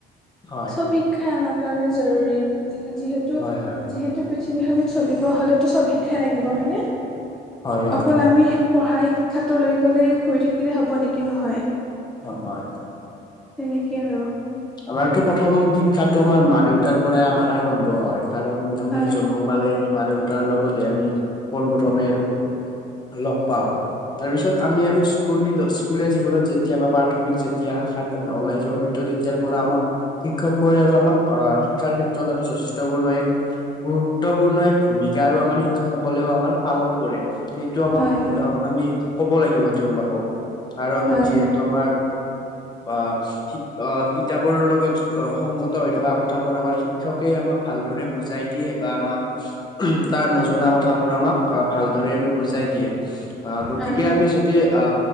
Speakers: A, on the left; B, in the centre.
A: হয়
B: চব শিক্ষাই আমাৰ কাৰণে জৰুৰী যিহেতু
A: হয় হয়
B: যিহেতু, পৃথিৱীখনত চলিব হ'লেতো চব শিক্ষাই লাগিব হয়নে
A: হয় হয়
B: অকল আমি। পঢ়া শিক্ষাটো লৈ গলে শুই থাকিলে হ'ব নেকি নহয়।
A: হয় হয়।
B: তেনেকে আৰু
A: আমাৰতো প্ৰথম শিক্ষাতটো আমাৰ মা দেউতাৰ পৰাই আমাৰ আৰম্ভ হয়। কাৰণ আমি
B: হয়
A: জন্ম পালে আমি মা দুৰ্গা তাৰ লগতে আমি পোন প্ৰথমে আৰু লগ পাওঁ, তাৰ পিছত আমি আৰু স্কুল স্কুলীয়া জীৱনত যেতিয়া বা প্ৰাথমিক যেতিয়া শাখাত আমি ওলাইছো, হয়তো তেতিয়াৰ পৰা আমাক শিক্ষক বোৰে আৰু আমাক আহ শিক্ষাৰ ক্ষেত্ৰত আৰু যথেষ্ট পূৰ্ণ এক, গুৰুত্বপূৰ্ণ এক ভূমিকা আৰু আমাৰ শিক্ষকসকলেও আমাৰ পালন কৰে। সেইটো আমাক
B: হয়
A: আমি কব লাগিব তেওঁলোকক। কাৰণ
B: হয়
A: যিহেতু আমাৰ অ অ কিতাপৰ লগত সংগত হৈ থকা কথাবোৰ আমাৰ শিক্ষকে আমাক, ভালদৰে বুজাই দিয়ে বা আমাক। তাৰ নজনা কথাবোৰ আমাক ভালদৰে আৰু বুজাই দিয়ে আহ গতিকে
B: হয়
A: আমি যদি। য অ